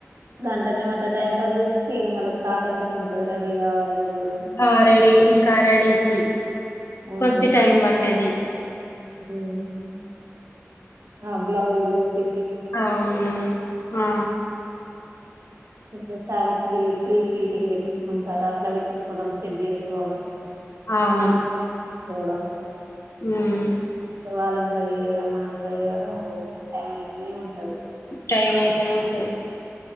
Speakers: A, on the right (about 60°); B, on the left (about 60°).
A: గం కొంచం అట్ల టైం పాస్ చేస్తే ఇగ మళ్ళ స్టార్ట్ అయితేనే ఉంటది రెడీ కావాలి అది ఇది
B: ఆ రెడీ ఇంకా రెడీకి
A: ఉమ్,
B: కొద్ది టైం పట్టది
A: ఉమ్ ఆ బ్లౌజ్ లో కి
B: అవును ఆ
A: ఇప్పుడసారి ప్రీ ఫ్లీడింగ్ పెట్టించుకుంటారు అట్లా పెట్టించుకోనోళ్ళు సెట్ చేసుకోవడం
B: అవును
A: మనం చేసుకోవడం
B: హ్మ్
A: వాళ్ళని రెడిచేయడం మనందడియడం ఊకె టైం అయితేనే ఉంటది
B: టైమ్ అయితేనే ఉంటది